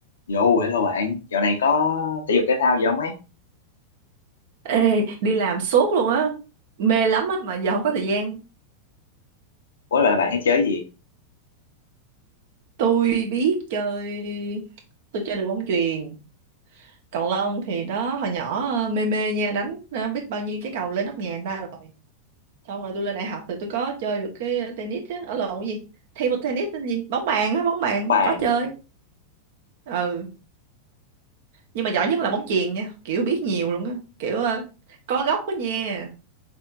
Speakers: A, on the left; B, on the right.
A: Yo, hello bạn, dạo này có thể dục thể thao gì không ấy?
B: Ê, đi làm suốt luôn á mê lắm á mà giờ không có thời gian
A: Ủa là bạn hay chơi cái gì?
B: tôi biết chơi tôi chơi được bóng chuyền cầu lông thì đó hồi nhỏ ờ, mê mê nha đánh ờ, biết bao nhiêu trái cầu lên nóc nhà người ta rồi xong rồi tôi lên đại học thì tôi có chơi được cái ờ, tennis á ở lộn cái gì thêm một tennis tên gì bóng bàn á bóng bàn
A: Bàn.
B: có chơi ừ nhưng mà giỏi nhất là bóng chuyền nha kiểu biết nhiều luôn á kiểu ờ, có gốc á nha